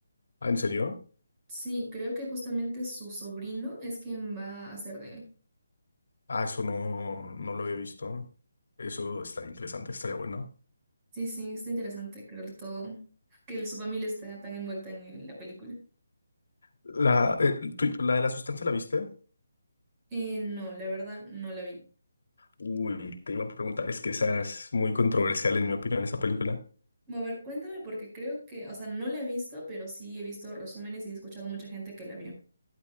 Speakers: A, on the left; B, on the right.
A: Ah, ¿en serio?
B: Sí, creo que justamente su sobrino es quien va a hacer de él.
A: Ah, eso no, no lo había visto. Eso está interesante, estaría bueno.
B: Sí, sí, está interesante creo todo, que su familia está tan envuelta en la película.
A: La, eh, tú- la de la sustancia, ¿la viste?
B: Eh, no, la verdad, no la vi.
A: Uy, te iba a preguntar, es que esa es muy controversial en mi opinión, esa película.
B: Bueno, a ver, cuéntame porque creo que, o sea, no la he visto, pero sí he visto resúmenes y he escuchado mucha gente que la vio.